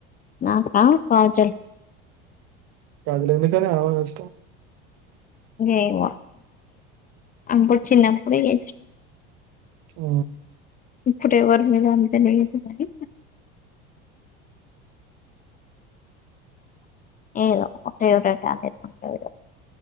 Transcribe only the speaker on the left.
నా కా పచ
అేవా అ పడు చిన్న ప గ
ఇప్పుడే వర మీ రతేనే కానీ ఏదో ఏదోకటో <unintelligible>